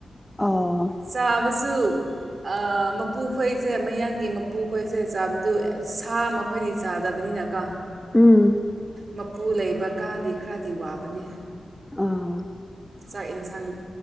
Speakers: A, in the centre; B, on the right (about 50°).
A: ꯑꯣ
B: ꯆꯥꯕꯁꯨ ꯑꯥ‌ ꯃꯄꯨꯈꯣꯏꯁꯦ ꯃꯌꯥꯡꯒꯤ ꯃꯄꯨꯈꯣꯏꯁꯦ ꯆꯥꯕꯗꯨ ꯁꯥ ꯃꯈꯣꯏꯗꯤ ꯆꯥꯗꯕꯅꯤꯅ ꯀꯣ
A: ꯎꯝ
B: ꯃꯄꯨ ꯂꯩꯕ ꯀꯥꯗꯤ ꯈꯔꯗꯤ ꯋꯥꯕꯅꯤ
A: ꯑꯥ
B: ꯆꯥꯛ ꯌꯦꯟꯁꯥꯡ